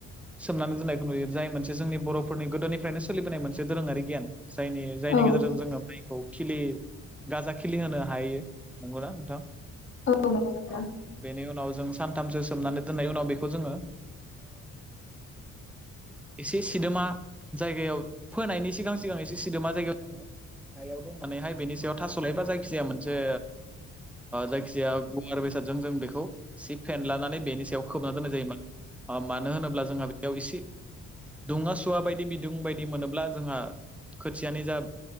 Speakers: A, in the centre; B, on the left.
A: सोमनानै दोननायखौ नुयो जाय मोनसे जोंनि बर'फोरनि गोदोनिफ्रायनो सोलिबोनाय मोनसे दोरोङारि गियान। जायनि जायनि
B: औ
A: गेजेरजों जोङो माइखौ खिलि गाजा खिलि होनो हायो नंगौना नोंथां
B: औ नंगौ नोथां
A: औ बेनि उनाव जों सानथामसो सोमनानै दोननायनि उनाव बेखौ जोङो एसे सिदोमा जायगायाव फोनायनि सिगां सिगां एसे सिदोमा जायगायाव ज हायाव दं मानेहाय बेनि सायाव थास' लायबा जायखिजाया मोनसे जायखिजाया गुवार बेसादजों जों बेखौ सि फेनलानानै बेनि सायाव खोबना दोननाय जायोमोन। मानो होनोब्ला जोंहा बेयाव एसे दुङा सुवा बायदि बिदुं बायदि मोनोब्ला जोंहा खोथियानि जा